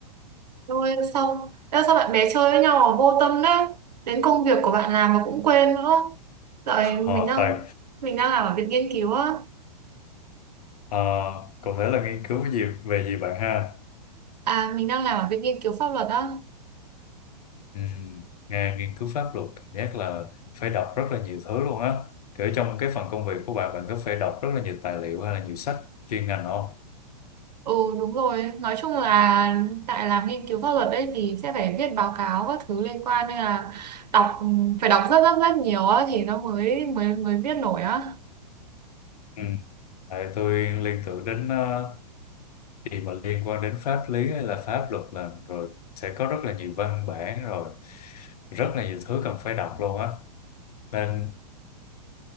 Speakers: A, on the right; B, on the left.
A: Rồi xong Ê, sao bạn bè chơi với nhau mà vô tâm đấy. Đến công việc của bạn làm mà cũng quên nữa. Dạo này mình
B: Ờ,
A: đang
B: tại
A: mình đang làm ở viện nghiên cứu á.
B: ờ, cụ thể là nghiên cứu cái gì về gì bạn ha?
A: À mình đang làm ở viện nghiên cứu pháp luật á.
B: Ừ. Nghe nghiên cứu pháp luật giác là phải đọc rất là nhiều thứ luôn á kiểu trong cái phần công việc của bạn bạn có phải đọc rất là nhiều tài liệu hay là nhiều sách chuyên ngành không
A: Ừ đúng rồi, nói chung là tại làm nghiên cứu pháp luật đấy thì sẽ phải viết báo cáo các thứ liên quan nên là đọc phải đọc rất rất rất nhiều á thì nó mới mới mới viết nổi á.
B: ừ. Tại tôi liên tưởng đến ờ, gì mà liên quan đến pháp lý hay là pháp luật là rồi sẽ có rất là nhiều văn bản rồi rất là nhiều thứ cần phải đọc luôn á nên